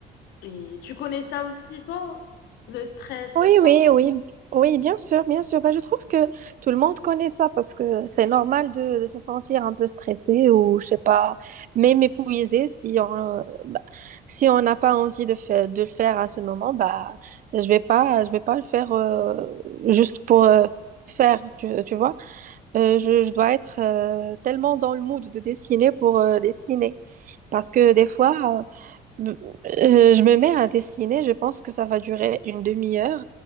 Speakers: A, on the left; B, on the right.
A: Et tu connais ça aussi, toi? Le stress,
B: Oui,
A: le temps.
B: oui, oui, oui, bien sûr, bien sûr. Bah, je trouve que tout le monde connaît ça parce que c'est normal de, de se sentir un peu stressé ou, je sais pas, même épuisé si on euh, bah, si on n'a pas envie de, fa- de le faire à ce moment, bah, je vais pas, je vais pas le faire euh, juste pour euh, faire, tu, tu vois. Euh, je, je dois être euh, tellement dans le mood de dessiner pour euh, dessiner. Parce que des fois, euh, B- euh, je me mets à dessiner, je pense que ça va durer une demi-heure.